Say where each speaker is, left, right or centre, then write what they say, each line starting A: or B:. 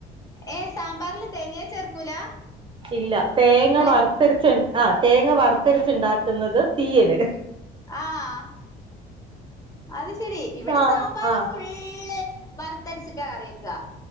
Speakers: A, on the left (about 20°); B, on the right (about 30°).
A: ഏ സാമ്പാറിൽ തേങ്ങയൊന്നും ചേർക്കൂല
B: ഇല്ല തേങ്ങ
A: നിങ്ങള്
B: വറുത്തരച്ച് ആ തേങ്ങ വറുത്തരച്ച് ഉണ്ടാക്കുന്നത് തീയല്
A: ആഹ് അത് ശെരി ഇവിടെ
B: ആ
A: സാമ്പാറ്
B: ആ
A: ഫുള്ള് വറുത്തരച്ചിട്ടാ കറിവെയ്ക്കുക